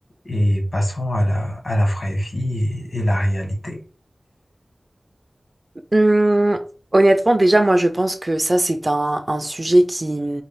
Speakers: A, on the left (about 75°); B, on the right (about 30°).
A: et passons à la, à la vraie vie et, et la réalité?
B: Hum, honnêtement, déjà, moi, je pense que ça, c'est un, un sujet qui,